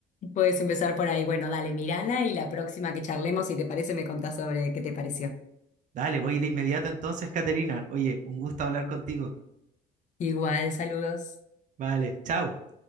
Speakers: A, on the left; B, on the right.
A: Puedes empezar por ahí. Bueno, dale, mirala y la próxima que charlemos, si te parece, me contás sobre qué te pareció.
B: Dale, voy de inmediato entonces, Caterina. Oye, un gusto hablar contigo.
A: Igual, saludos.
B: Vale, chao.